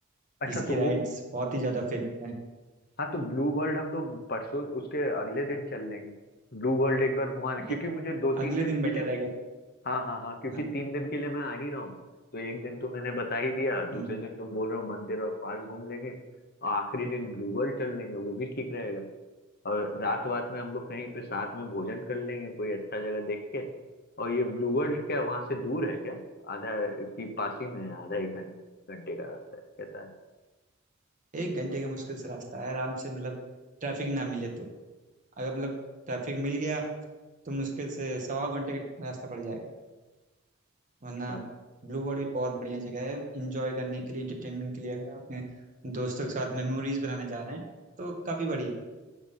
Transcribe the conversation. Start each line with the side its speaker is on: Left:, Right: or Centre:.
Left: अच्छा
Right: जिसकी
Left: तो
Right: राइड्स
Left: वो
Right: बहुत ही ज़्यादा फेमस हैं
Left: हाँ तो ब्लू वर्ल्ड हम लोग परसों उसके अगले दिन चल लेंगे ब्लू वर्ल्ड एक बार घुमाने
Right: अगले
Left: क्योंकि मुझे दो तीन
Right: अगले
Left: दिन
Right: दिन
Left: के
Right: बेटर
Left: लिए
Right: रहेगा
Left: हाँ हाँ हाँ क्योंकि
Right: हाँ
Left: तीन दिन के लिए मैं आ ही रहा हूँ तो एक दिन तो मैंने बता ही दिया दूसरे
Right: हम्म
Left: दिन तुम बोल रहे हो मंदिर और पार्क घूम लेंगे और आखिरी दिन ब्लू वर्ल्ड चल लेंगे वो भी ठीक रहेगा और रात वात में हम लोग कहीं पे साथ में भोजन कर लेंगे कोई अच्छा जगह देख के और ये ब्लू वर्ल्ड क्या वहां से दूर है क्या आधा की पास ही में है आधा एक घं- घंटे का रास्ता है कैसा है
Right: एक घंटे का मुश्किल से रास्ता है आराम से मतलब ट्रैफिक ना मिले तो अगर मतलब ट्रैफिक मिल गया तो मुश्किल से सवा घंटे का रास्ता पड़ जाएगा वरना
Left: ना-
Right: ब्लू वर्ल्ड भी बहुत बढ़िया जगह है इंजॉय करने के लिए इंटरटेनमेंट के लिए अगर आप अपने दोस्तों के साथ मेमोरीज बनाने जा रहे हैं तो काफ़ी बढ़िया